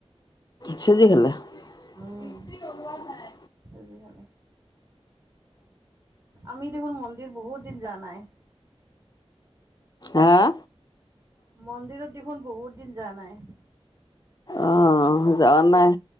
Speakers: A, on the left; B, on the right.
A: চুজি খালে।
B: উম,
A: বেছি লগোৱা নাই।
B: চুজি খালে। আমি দেখোন মন্দিৰ বহুত দিন যোৱা নাই?
A: আহা
B: মন্দিৰত দেখোন বহুত দিন যোৱা নাই
A: আহ যোৱা নাই